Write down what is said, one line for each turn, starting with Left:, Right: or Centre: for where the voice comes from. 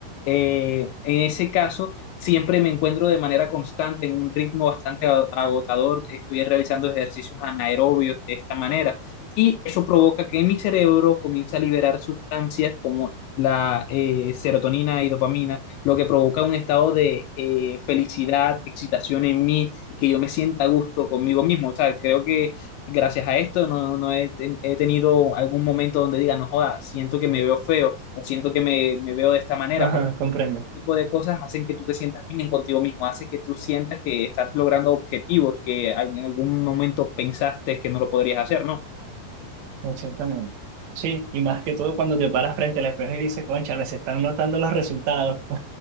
Left: eh, en ese caso siempre me encuentro de manera constante en un ritmo bastante a- agotador, estoy realizando ejercicios anaerobios de esta manera y eso provoca que mi cerebro comience a liberar sustancias como la eh, serotonina y dopamina lo que provoca un estado de eh, felicidad, excitación en mí, y que yo me sienta a gusto conmigo mismo. O sea, creo que gracias a esto no, no he, ten- he tenido algún momento donde diga, no joda, siento que me veo feo o siento que me, me veo de esta manera,
Right: ajá,
Left: porque
Right: comprendo,
Left: este tipo de cosas hacen que tú te sientas bien contigo mismo, hace que tú sientas que estás logrando objetivos que en algún momento pensaste que no lo podrías hacer, ¿no?
Right: exactamente. Sí, y más que todo cuando te paras frente al espejo y dices, concha, les están notando los resultados.